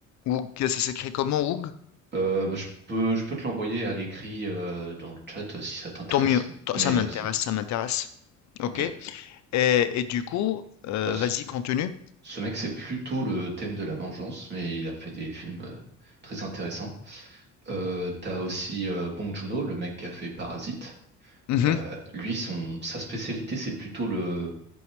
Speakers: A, on the left; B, on the right.
A: Wook, ça s'écrit comment Wook?
B: Euh, bah, je peux, je peux te l'envoyer à l'écrit euh, dans le chat euh, si ça t'intéresse.
A: Tant mieux, tant
B: Mais
A: ça m'intéresse,
B: euh, c'est
A: ça m'intéresse. OK
B: ok.
A: et et du coup, heu,
B: Euh, ce
A: vas-y continue.
B: ce mec, c'est plutôt le thème de la vengeance, mais il a fait des films euh, très intéressants. Euh, t'as aussi euh, Bong Joon-ho, le mec qui a fait Parasite.
A: Mhm.
B: Euh, lui, son, sa spécialité, c'est plutôt le